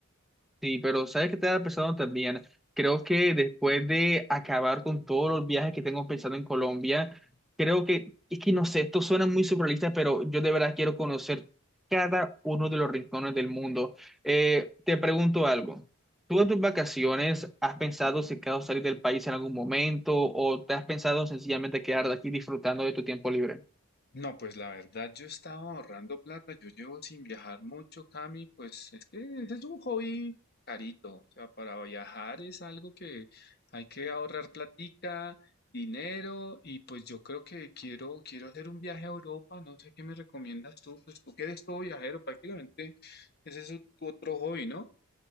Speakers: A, in the centre; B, on the left (about 45°).
A: Sí, pero ¿sabes qué estaba pensando también? Creo que después de acabar con todos los viajes que tengo pensado en Colombia, creo que, es que no sé, esto suena muy surrealista, pero yo de verdad quiero conocer cada uno de los rincones del mundo. Eh, te pregunto algo. ¿Tú en tus vacaciones has pensado si acaso salir del país en algún momento o te has pensado sencillamente quedar aquí disfrutando de tu tiempo libre?
B: No, pues la verdad yo estaba ahorrando plata, yo llevo sin viajar mucho, Cami, pues es que ese es un hobby carito, o sea, para viajar es algo que hay que ahorrar platica, dinero y pues yo creo que quiero, quiero hacer un viaje a Europa, no sé qué me recomiendas tú, pues tú que eres todo viajero prácticamente, ese es tu otro hobby, ¿no?